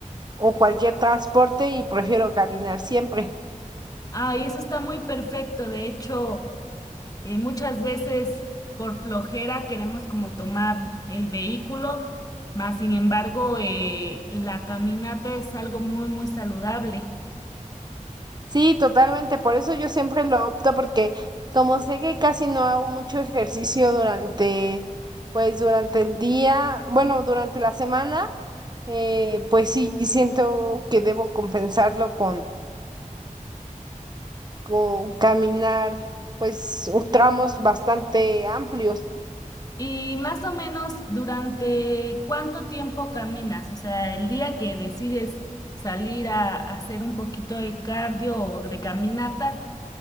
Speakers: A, on the right; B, on the left.
A: o cualquier transporte y prefiero caminar siempre.
B: Ah, y eso está muy perfecto. De hecho, eh, muchas veces por flojera queremos como tomar el vehículo, mas sin embargo, eh, la caminata es algo muy, muy saludable.
A: Sí, totalmente. Por eso yo siempre lo opto porque como sé que casi no hago mucho ejercicio durante, pues durante el día, bueno, durante la semana, eh, pues sí siento que debo compensarlo con, con caminar, pues u- tramos bastante amplios,
B: Y más o menos durante cuánto tiempo caminas, o sea, el día que decides salir a, a hacer un poquito de cardio o de caminata,